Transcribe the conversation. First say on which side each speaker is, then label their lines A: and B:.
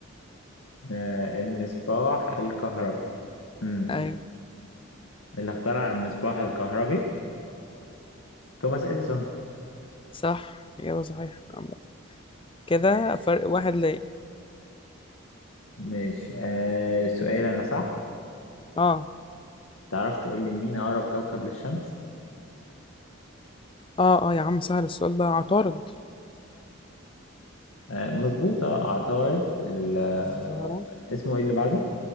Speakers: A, on the left (about 75°); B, on the left (about 25°).
A: آه، المصباح الكهربي امم
B: ايوه
A: اللي اخترع المصباح الكهربي توماس اديسون
B: صح اجابه صحيحه عامة كده
A: ماشي
B: فرق واحد ليا
A: ماشي آه سؤال انا صح
B: اه
A: تعرف تقول لي مين اقرب كوكب للشمس
B: اه اه يا عم سهل السؤال ده عطارد
A: آه مظبوط اه عطارد ال- آه،
B: الزهرة
A: اسمه ايه اللي بعده